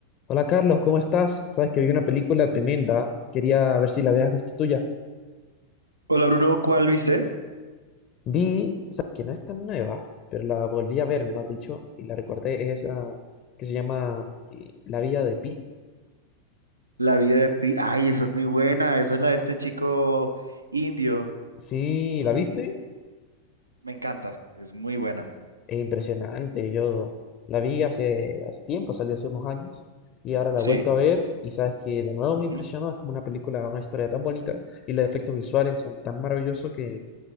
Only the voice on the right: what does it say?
Hola Bruno, ¿cuál viste?
La vida de Pi. Ay, esa es muy buena. Esa es la de este chico indio.
Me encanta. Es muy buena.
Sí.
Ujú.